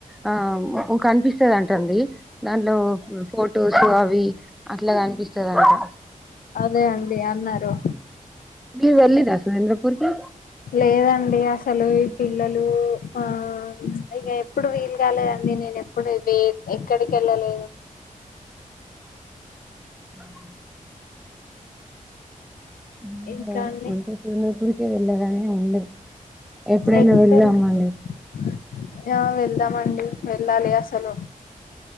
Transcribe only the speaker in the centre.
ఆ కనిపిస్తదంటండి. దాంట్లో ఫోటోస్ అవి అట్లా కనిపిస్తదంట
మీరు వెల్లీరా సురేంద్రపురి కి
ఆ <unintelligible> హ్మ్
అంటే సురేంద్రపురికి వెళ్లారా హ్మ్ ఉంది ఎప్పుడైనా
వెళ్ళామండి